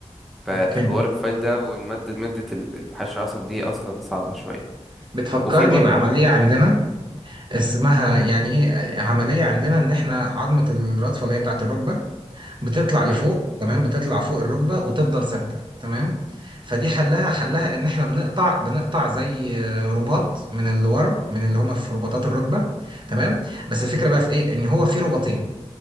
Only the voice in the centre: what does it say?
فحوار
الفايل ده والمادة مادة ال- الحشو العصب دي اصلا صعبة شوية
وفي برضه
مك...
م-
م-
م-